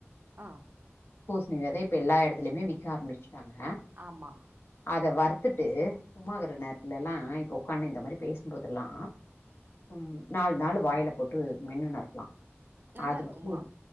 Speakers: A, on the right (about 45°); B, on the left (about 55°).
A: ஆ
B: பூஸ்ணி வெத இப்ப எல்லா எடத்துலயுமே விக்க ஆரம்பிஷ்ட்டாங்க
A: ஆமா
B: அத வறுத் த்துட்டு சும்மாறிக்கற நேரத்துலலா இப்போ ஒக்கானுந்த மாரி பேசும்போதெல்லாம் ம் நாலு நாள் வாய்ல போட்டு மென்ணு நறுக்கலாம்
A: நல்லா
B: அது
A: இருக்குமா
B: வந்து